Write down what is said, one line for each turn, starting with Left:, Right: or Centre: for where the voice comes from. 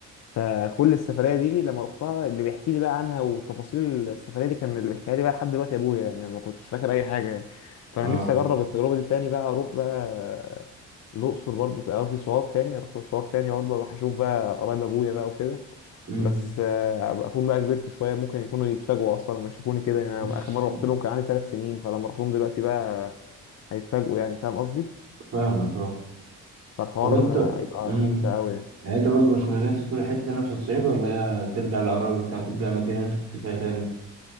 Left: فكل السفريه دي لما رحتها اللي بيحكي لي بقى عنها وتفاصيل السفريه دي كان اللي بيحكيها لي بقى لحد دلوقتي ابويا يعني أنا ما كنتش فاكر اي حاجه يعني فانا
Right: آه
Left: نفسي اجرب التجربه دي تاني بقى اروح بقى آه، الاقصر برضو قصدي سوهاج تاني اروح سوهاج تاني برضو اروح اشوف بقى قرايب ابويا بقى وكده
Right: مم.
Left: بس آه، أبقى اكون بقى كبرت شويه ممكن يكونوا يتفاجئوا اصلا لما يشوفوني كده يعني
Right: <laughs>
Left: أنا اخر مره رحت لهم كان عندي ثلاث سنين فلما اروح لهم دلوقتي بقى هيتفاجئوا يعني فاهم قصدي
Right: فاهمك أه
Left: فالحوار
Right: طب أنت
Left: آه، هيبقى
Right: مم.
Left: ممتع قوي يعني
Right: يعني أنت برضو مش من نفسك تروح حتة هنا في الصعيد ولا هي ترجع لقرايبك تاني ترجع المدينة اللي أنت كنت فيها تاني؟